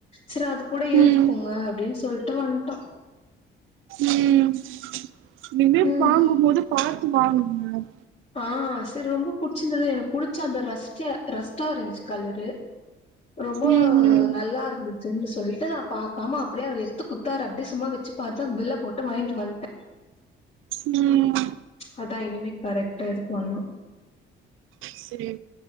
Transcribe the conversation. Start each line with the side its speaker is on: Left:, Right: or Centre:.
Left: சரி அது கூட எழுதிக்கோங்க
Right: ம்
Left: அப்டின் சொல்ட்டு வந்ட்டோ
Right: ம் இனிமே
Left: ம்
Right: வாங்கும் போது பாத்து வாங்குங்க
Left: ஆ சரி ரொம்ப புடிச்சிருந்தது எனக்கு புடிச்சா அந்த ரஸ்ட்ட ரஸ்ட் ஆரஞ்ச் கலரு ரொம்ப
Right: ம் ம்
Left: நல்லா இருந்துச்சுன்னு சொல்லிட்டு நா பாக்காம அப்டியே அவர் எத்து குத்தாரு அப்டியே சும்மா வெச்சு பாத்தா பில்ல போட்டு வாய்ங்ட்டு வந்ட்ட
Right: ம்
Left: அதா இனிமே கரெக்ட்டா இது பண்ணோ
Right: செரி